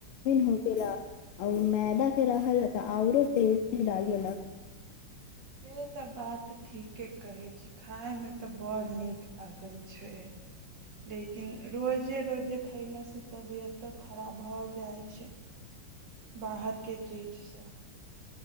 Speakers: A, on the left; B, on the right.
A: हो गेला आर मैदााक के रहल तऽ आऔरो टेस्टी लागेला
B: से तऽ बात ठीके कहै छी खाय मे तऽ बड़ नीक लागे छै लेकिन रोजे रोजे खयलासँ तबियतो खराब भऽ जाइ छै बाहरके चीज से